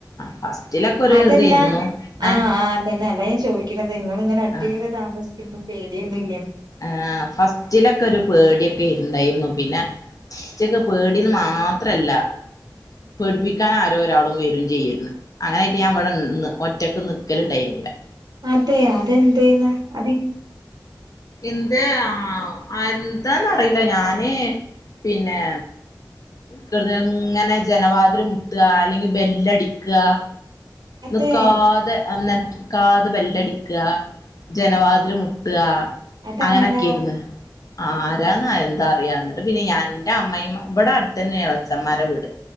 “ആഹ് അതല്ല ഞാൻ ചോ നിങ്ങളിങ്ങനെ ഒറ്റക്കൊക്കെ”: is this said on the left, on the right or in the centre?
Right